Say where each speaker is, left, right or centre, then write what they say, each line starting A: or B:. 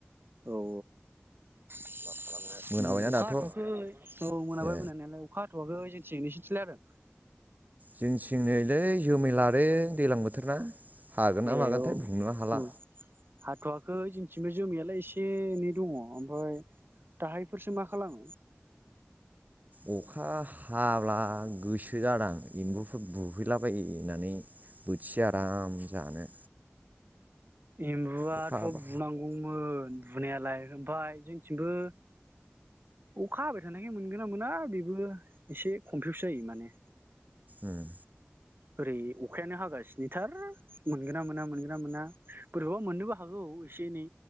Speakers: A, on the right; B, on the right.
A: औ औ मा खालामनो
B: मोनाबायना
A: अखा
B: दाथ'
A: हाथ'वाखै औ मोनाबाय
B: ए
A: मोनानालाय अखा हाथ'वाखै जोंथिं नोंसोरथिंलाय हादो?
B: जोंन्थिं नैलै जोमै लादों दैलां बोथोर ना। हागोन ना
A: ए
B: मागोनथाय
A: औ
B: बुंनोनो हाला
A: औ हाथ'आाखै जोंथिंबो जोमियाालाय एसे एनै दङ। ओमफाय दाहायफोरसो माख खालामो
B: अखा हाब्ला गोसो सो जादां एम्बुफोर बुहैलाबायहैनानै बोथिसे आराम जानो।
A: एम्बुआथ'
B: अखा हाबा
A: बुनांगौमोन। बुनायालाय ओमफाय जोंथिंबो अखा हाबाय थानायखाय मोनगोन ना मोना बेबो एसे कमफिउस जायो माने।
B: उम
A: ओरै अखायानो हागासिनोथार मोनगोना मोना मोनगोना मोना बोरैबा मोननोबो हागौ एसे एनै।